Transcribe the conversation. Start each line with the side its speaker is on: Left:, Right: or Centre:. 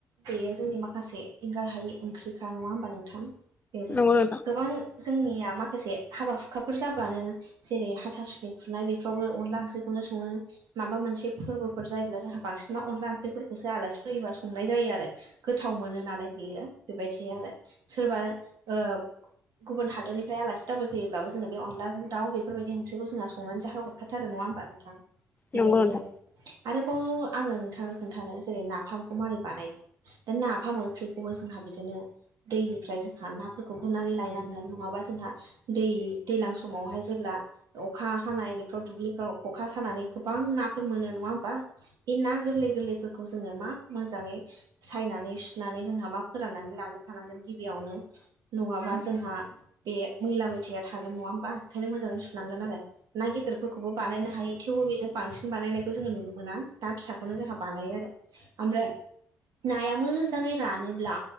Right: बेयो जोंनि माखासे एंगार हायि ओंख्रिखा नङा होमबा नोंथां? बेदि
Left: नंगौ नोंथां
Right: गोबां जोंनिया माखासे हाबा-हुखाफोर जाबानो जेरै हाथासुनि खुरनाय बेफोरावबो अनला ओंख्रिखौनो सङो माबा मोनसे फोरबोफोर जायोब्ला जोंहा बांसिन अनला ओंख्रिफोरखौसो आलासि फैयोबा संनाय जायो आरो। गोथाव मोनो नालाय बेयो बेबायदि आरो सोरबा ओ गुबुन हादरनिफ्राय आलासि दावबायफैयो होनब्लाबो जोङो बे अनलाजों दाउ बेफोरबाय ओंख्रिखौ जोंहा संनानै जाहो हरखा थायो। नङा होमबा नोंथा? बेबायदि
Left: नंगौ नोंथां
Right: आरो आरोबाव आङो नोंथांनो खोन्थानो जेरै-नाफामखौ मारै बानायो दा नाफाम ओंख्रिखौबो जोंहा बिदिनो दैनिफ्राय जोंहा नाफोरखौ गुरनानै लायनांगोनानै नङाबा जोंहा दै-दैज्लां समावहाय जेब्ला अखा हानाय बेफ्राव दुब्लिफ्राव खखा सानानै गोबां नाफोर मोनो। नङा होमबा? बे ना गोरलै गोरलैफोरखौ जोङो मा मोजाङै सायनानै सुनानै जोंहा मा फोराननानै लागोर खानांगोन गिबियावनो नङाबा जोंहा बे मैला-मैथाया थागोन। नङा होमबा? ओंखायनो मोजाङै सुनांगोन आरो ना गिदिरफोरखौबो बानायनो हायो। थेवबो बेजों बांसिन बानायनायखौ जोङो नुनो मोना। ना फिसाखौनो जोंहा बानायो आरो ओमफ्राय नाया मोजाङै रानोब्ला